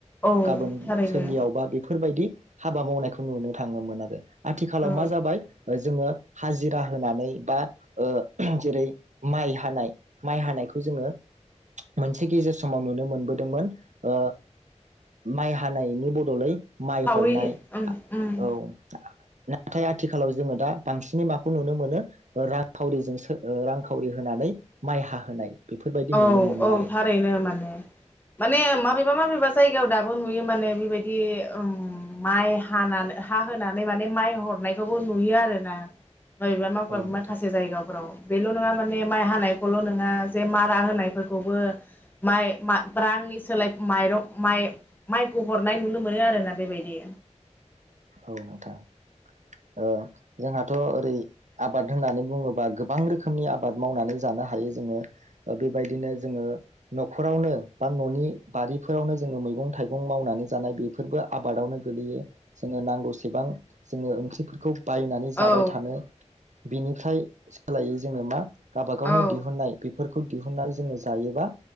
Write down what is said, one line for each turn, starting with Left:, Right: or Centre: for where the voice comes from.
Left: औ
Right: गाबोन
Left: थारैनो
Right: सोरनियावबा बेफोरबायदि हाबा मावनायखौ नुनो थाङोमोन आरो। आथिखालाव
Left: औ
Right: मा जाबाय जोङो हाजिरा होनानै बा ओ जेरै माइ हानाय माइ हानायखौ जोङो मोनसे गेजेर समाव नुनो मोनबोदोंमोन ओ माइ हानायनि बदलै माइ
Left: सावरि
Right: हरनाय,
Left: उम उम
Right: औ नाथाय आथिखालाव जोङो दा बांसिनै माखौ नुनो मोनो रांखावरिजोंसो ओ रांखावरि होनानै माइ हाहोनाय। बेफोरबायदि
Left: औ
Right: नुनो मोनो
Left: औ
Right: आरो
Left: थारैनो माने माने माबे मामाबेबा जायगायाव दाबो नुयो माने बेबायदि ओम माइ हानानै हा होनानै माने माइ हरनायखौबो नुयो आरो ना माबेबा
Right: औ
Left: माफा
Right: नोंथां
Left: माखासे जायगाफोराव बेल' नङा माने माइ हानायखौल' नङा जे मा जाहोनायफोरखौबो माइ मा रांनि सोलाय माइरं माइ माइखौ हरनाय नुनो मोनो आरोना बेबायदि
Right: औ नोंथां । ओ जोंहाथ' ओरै आबाद होननानै बुङोबा गोबां रोखोमनि आबाद मावनानै जानो हायो जोङो बेबायदिनो जोङो न'खरावनो बा न'नि बारिफोरावनो जोङो मैगं-थाइगं मावनानै जानाय बेफोरबो आबादावनो गोग्लैयो जोङो नांगौसेबां जोङो ओंख्रि फोरखौ बायनानै
Left: औ
Right: जाबाय थानो बिनिफ्राय सोलायै जोङो मा गाबागावनो
Left: औ
Right: दिहुननाय बेफोर बेखौ दिहुननानै जोङो जायोबा